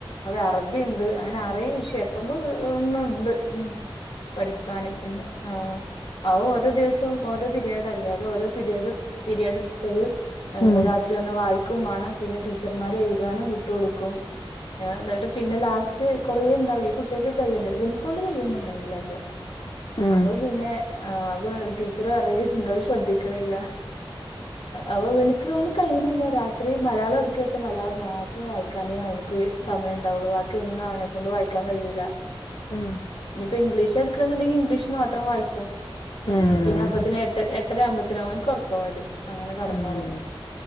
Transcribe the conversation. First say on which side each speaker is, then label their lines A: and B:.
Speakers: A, on the left; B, on the left.
A: അത് അറബി ഉണ്ട് അങ്ങനെ അറെഴ് വിഷ എട്ട് ഒമ്പത് ഒണ്ണ ഉണ്ട് പഠിക്കാനും പിന്നെ ആ അ ഓരോ ദിവസവും ഓരോ പിരീഡ് അല്ലേ അത് ഓരോ പിരീഡ് പിരീഡ്ട്ത്തത് എന്ത
B: ഉം
A: രാത്രി വന്ന് വായിക്കും വാണം ച്ചർമാര് എയ്താനും വിട്ട് കൊടുക്കും ന്നിട്ട് പിന്നെ ലാസ്റ്റ് കൊറെേ ഇണ്ടാവെ ഈ കുട്ട്യാക്ക് കയ്യണ്ടേ ഇവൻക്കൊണ്ട് കയ്യൊന്നുംണ്ടല്ലായിട്ടോ
B: ഉം
A: അപ്പൊ പിന്നെ ആ വ് വ ടീച്ചർ നിങ്ങൾ ശ്രദ്ധിക്കണില്ല അവ എനക്ക്ണ്ട് കൈ <unintelligible> രാത്രി മലയാളം ഇട് ച്ച മലയാളം മാത്രം വായിക്കാനേ അവനക്ക് സമയമ ഉണ്ടാവുള്ളു ബാക്കി ഒന്നും അവനെ കൊണ്ട് വായിക്കാൻ കഴിയൂല്ല
B: ഉം
A: ഇനിയിപ്പ ഇംഗ്ലീഷ് എടുക്കണം എന്നുണ്ടെങ്കി ഇംഗ്ലീഷ് മാത്രം വായിക്കും
B: ഉം
A: പിന്നെ അപ്പത്തി എട്ട എട്ടരമ്പത്തിന ഒന്ക് കുറക്കാൻ പറ്റും അങ്ങനെ കടന്നൊർങ്ങും
B: ഉം ഉം